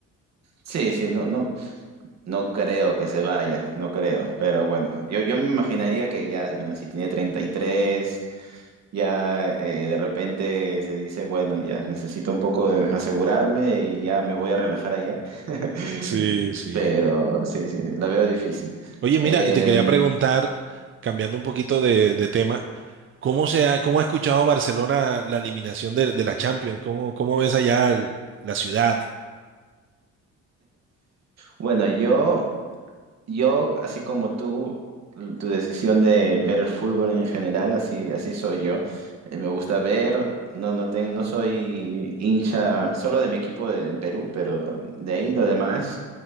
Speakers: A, on the right (about 60°); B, on the right (about 40°).
A: sí, sí, no, no, no creo que se vaya, no creo, pero bueno, yo, yo me imaginaría que ya, bueno, si tiene 33 ya eh, de repente se dice, bueno, ya necesito un poco de asegurarme y ya me voy a relajar allá, <laughs>
B: Sí, sí.
A: pero sí, sí, la veo difícil.
B: Oye, mira,
A: Em,
B: y te quería preguntar, cambiando un poquito de de tema. ¿Cómo se ha, cómo ha escuchado Barcelona la eliminación de, de la Champions? ¿Cómo, cómo ves allá el- la ciudad?
A: bueno, yo... Yo, así como tú, l- tu decisión de ver el fútbol en general, así, así soy yo. Eh, me gusta ver, no, no, ten- no soy hincha solo de mi equipo de- en Perú, pero de ahí lo demás.